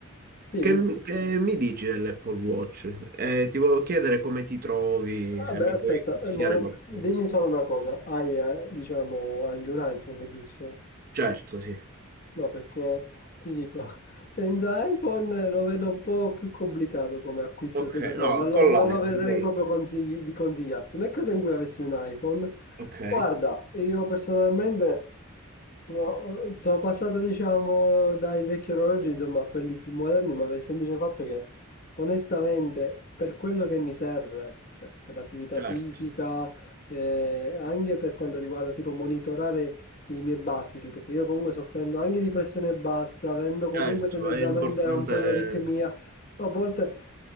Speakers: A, on the left; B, on the right.
A: dimmi,
B: che mi
A: dimmi.
B: che mi dici dell'Apple Watch? Eh, ti volevo chiedere come ti trovi,
A: Vabbè,
B: se mi
A: aspetta,
B: puoi consigliare
A: eh, momen-
B: qualcosa.
A: dimmi solo una cosa. Hai, eh, diciamo, anche un iPhone, giusto?
B: Certo, sì.
A: No, perché ti dico, <laughs> senza iPhone lo vedo un po' più complicato come acquisto,
B: Ok,
A: nel senso che
B: no,
A: non lo,
B: con
A: non
B: l'iPhone,
A: lo vedrei
B: con-
A: proprio consigli- di consigliarti. Nel caso in cui avessi un iPhone,
B: ok,
A: guarda, io personalmente no, sono passato, diciamo, dai vecchi orologi, insomma, a quelli più moderni, ma per il semplice fatto che, onestamente, per quello che mi serve, cioè per l'attività
B: certo,
A: fisica, eh, anche per quanto riguarda tipo monitorare i miei battiti, perché io comunque soffrendo anche di pressione bassa, avendo comunque
B: certo,
A: tendenzialmente
B: è importante.
A: un po' di aritmia, a volte...